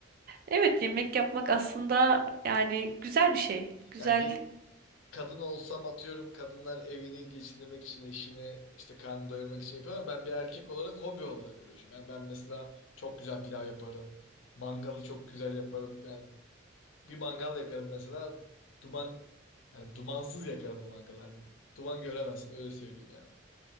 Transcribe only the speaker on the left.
Yani bir kadın olsam atıyorum kadınlar evini geçindirmek için eşine işte karnını doyurmak için yapıyor ama ben bir erkek olarak hobi olarak uğraşıyorum. Yani ben mesela çok güzel pilav yaparım. Mangalı çok güzel yaparım. Yani bir mangal yakarım mesela duman yani dumansız yakarım o mangalı. Hani duman göremezsin öyle söyleyeyim yani.